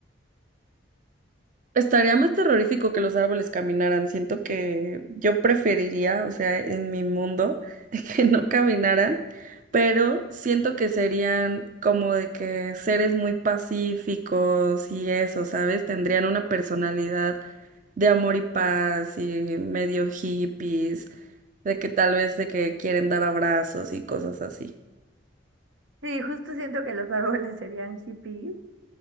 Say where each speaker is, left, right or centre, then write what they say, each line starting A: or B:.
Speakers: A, on the right; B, on the right.
A: Estaría más terrorífico que los árboles caminaran. Siento que yo preferiría, o sea, en mi mundo, <laughs> que no caminaran, pero siento que serían como de que seres muy pacíficos y eso, ¿sabes? Tendrían una personalidad de amor y paz y medio hippies, de que tal vez de que quieren dar abrazos y cosas así.
B: Sí, justo siento que los <laughs> árboles serían hippies.